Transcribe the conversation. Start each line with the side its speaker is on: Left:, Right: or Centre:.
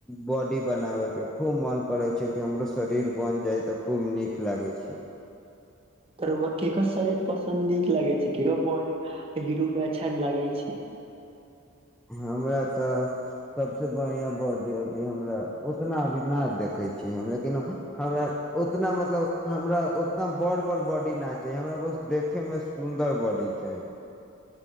Centre: बॉडी बनाबयके खूब मन करै छै कि हमरो शरीर बनि जाइ तऽ खूब नीक लागै छै
Right: तऽ केकर शरीर पसन्द नीक लागै छै केकर बॉडी हीरो मे अच्छा लागै छै
Centre: हमरा तऽ सभसँ बढ़िआँ बॉडी अभी हमरा उतना अभी नहि देखै छिय हम लेकिन हमरा उतना मतलब हमरा उतना बड़ बड़ बॉडी नहि चाही हमरा बस देखयमे सुन्दर बॉडी चाही